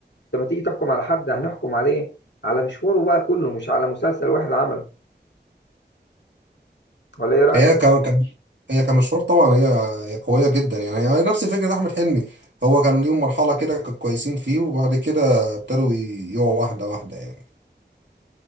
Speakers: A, on the left (about 80°); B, on the right (about 80°).
A: لما تيجي تحكم على حد هنحكم عليه على مشواره بقى كله مش على مسلسل واحد عمله ولا ايه رأيك؟
B: هي ك- كان هي كمشوار طبعا هي هي قوية جدا يعني هي نفس فكرة أحمد حلمي هو كان ليهم مرحلة كده كانوا كويسين فيه وبعد كده ابتدوا يقعوا واحدة واحدة يعني